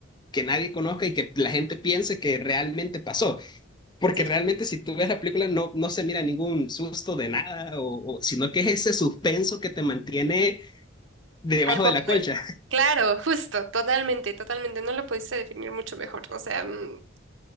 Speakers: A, on the left; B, on the right.
A: que nadie conozca y que la gente piense que realmente pasó. Porque
B: Sí,
A: realmente si tú ves la película no, no se mira ningún susto de nada, o, o- sino que es ese suspenso que te mantiene debajo
B: al borde.
A: de la colcha.
B: Claro, justo, totalmente, totalmente. No lo pudiste definir mucho mejor. O sea, mm,